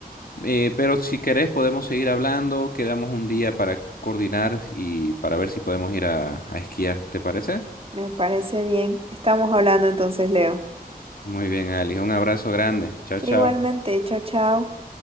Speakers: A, on the left; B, on the right.
A: Eh, pero si querés podemos seguir hablando, quedamos un día para coordinar y para ver si podemos ir a, a esquiar, ¿te parece?
B: me parece bien. Estamos hablando entonces, Leo.
A: Muy bien, Ali, un abrazo grande. Chao, chao.
B: Igualmente, chao, chao.